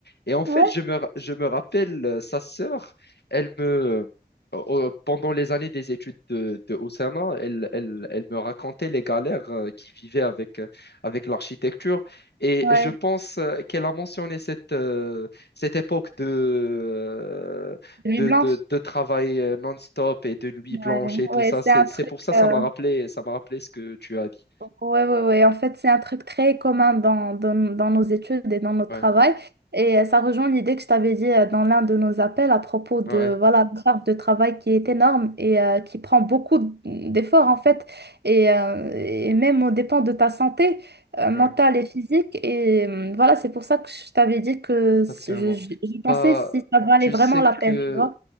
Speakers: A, on the left (about 70°); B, on the right (about 70°).
A: Et en fait,
B: Ouais,
A: je me, ra- je me rappelle, euh, sa sœur, elle me, euh, pendant les années des études de, de Oussama, elle, elle, elle me racontait les galères euh, qu'il vivait avec, euh, avec l'architecture. Et
B: ouais.
A: je pense euh, qu'elle a mentionné cette, euh, cette époque de... euh,
B: Nuit
A: de,
B: blanche.
A: de, de travail euh, non-stop et de nuit
B: Ouais,
A: blanche et tout
B: ouais,
A: ça. C'est,
B: c'est un
A: c'est
B: truc.
A: pour ça ça
B: euh,
A: m'a rappelé, ça m'a rappelé ce que tu as dit.
B: Ouais, ouais, ouais. En fait, c'est un truc très commun dans, dans, dans nos études et dans notre
A: Ouais,
B: travail. Et euh, ça rejoint l'idée que je t'avais dit euh, dans l'un de nos appels à propos de
A: ouais,
B: voilà, la charge de travail qui est énorme et euh, qui prend beaucoup d'efforts, en fait. Et, euh, et même au dépend de ta santé euh, mentale
A: ouais,
B: et physique. Et euh, voilà, c'est pour ça que je t'avais dit que je,
A: exactement.
B: je, je pensais
A: Bah,
B: si ça valait
A: tu
B: vraiment
A: sais
B: la peine,
A: que
B: tu vois.